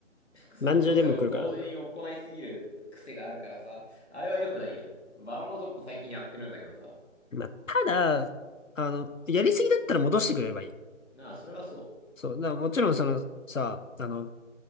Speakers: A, on the left; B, on the left.
A: 複数の調整を同時に行いすぎる癖があるからさ、
B: 何重でも来るからな。
A: あれは良くないよね。バラもちょっと最近やってるんだけどさ。
B: まあ、ただ、あの、やりすぎだったら戻してくれればいい。
A: なあ、それはそ
B: そう、だからもちろんそのさ、あの、